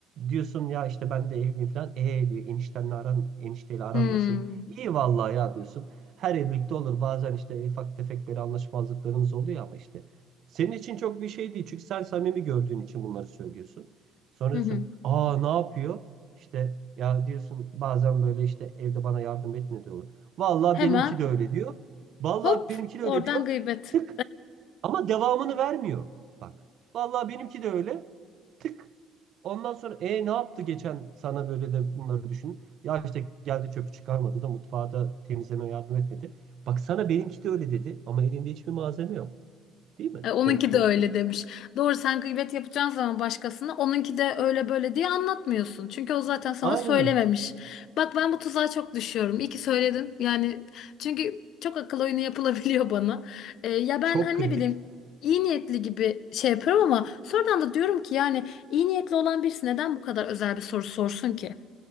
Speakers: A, on the right (about 60°); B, on the left (about 65°).
A: Diyorsun ya işte ben de evliyim falan. E diyor eniştenle aran, enişteyle aran
B: Hı
A: nasıl? İyi vallahi ya diyorsun. Her evlilikte olur. Bazen işte ufak tefek böyle anlaşmazlıklarımız oluyor ama işte. Senin için çok bir şey değil. Çünkü sen samimi gördüğün için bunları söylüyorsun. Sonra
B: Hı
A: diyorsun
B: hı.
A: aa ne yapıyor? İşte ya diyorsun bazen böyle işte evde bana yardım etmiyor diyorlar. Vallahi
B: Hemen
A: benimki de öyle diyor. Vallahi
B: hop
A: benimki de
B: oradan
A: öyle diyor.
B: gıybet.
A: Tık ama devamını vermiyor. Bak. Vallahi benimki de öyle. Tık. Ondan sonra e ne yaptı geçen sana böyle de bunları düşün. Ya işte geldi çöpü çıkarmadı da mutfağa da temizleme yardım etmedi. Bak sana benimki de öyle dedi ama elinde hiçbir malzeme yok. Değil mi?
B: E, Onunki
A: Konuşmanın
B: de öyle
A: sonu.
B: demiş. Doğru sen gıybet yapacağın zaman başkasına onunki de öyle böyle diye anlatmıyorsun. Çünkü o zaten sana
A: Aynen
B: söylememiş.
A: öyle.
B: Bak ben bu tuzağa çok düşüyorum. İyi ki söyledim. Yani çünkü çok akıl oyunu yapılabiliyor <laughs> bana. E, ya ben
A: Çok
B: hani
A: kritik.
B: ne bileyim iyi niyetli gibi şey yapıyorum ama sonradan da diyorum ki yani iyi niyetli olan birisi neden bu kadar özel bir soru sorsun ki?